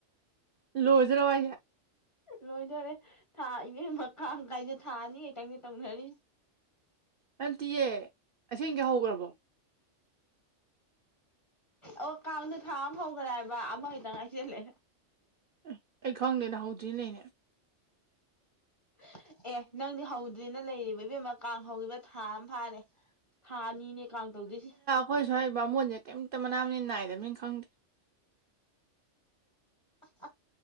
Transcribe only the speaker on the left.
ꯂꯣꯏꯗꯣꯔꯦ ꯊꯥ ꯏꯅꯦ ꯃꯈꯥꯡ ꯀꯥꯏꯗ ꯊꯥ ꯑꯅꯤꯈꯛꯇꯪꯅꯦ ꯇꯧꯅꯔꯤꯁ
ꯑꯣ ꯀꯥꯡꯅ ꯊꯥ ꯑꯃ ꯍꯧꯈ꯭ꯔꯥ ꯍꯥꯏꯕ ꯑꯃꯈꯛꯇꯪ ꯉꯥꯏꯁꯤꯜꯂꯦ
<inaudible> ꯑꯦ ꯅꯪꯗꯤ ꯍꯧꯗ꯭ꯦꯅ ꯂꯩꯔꯤꯕ ꯏꯕꯦꯝꯃ ꯀꯥꯡ ꯍꯧꯈꯤꯕ ꯊꯥ ꯑꯃ ꯐꯥꯔꯦ ꯊꯥ ꯑꯅꯤꯅꯦ ꯀꯥꯡ ꯇꯧꯗꯣꯏꯁꯤ
ꯑ